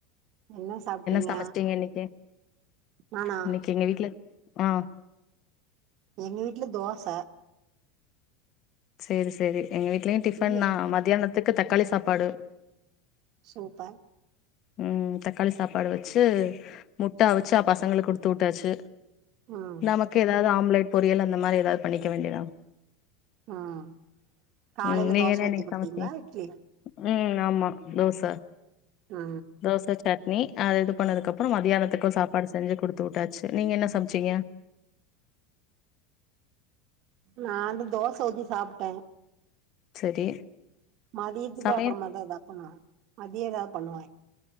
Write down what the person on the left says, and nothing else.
சமச்சிங்க இன்னைக்கு
இன்னைக்கு எங்க வீட்ல ஆ
சேரி சேரி எங்க வீட்லயு டிஃபன்தா
மத்தியானத்துக்கு தக்காளி சாப்பாடு
ம் தக்காளி சாப்பாடு வச்சு முட்ட அவிச்சு அ பசங்களுக்கு குடுத்து வுட்டாச்சு
நமக்கு ஏதாதது ஆம்லேட் பொரியல் அந்தமாரி ஏதாது பண்ணிக்க வேண்டியதா
ம் நீங்க
என்ன
இன்னைக்கு
சமச்சீங்க
ம் ஆமா தோச
தோச சட்னி அத இது பண்ணதுக் அப்புறோ மதியானத்துக்கு சாப்பாடு செஞ்சு குடுத்து உட்டாச்சு நீங்க என்ன சமச்சிங்க
சரி
சமையல்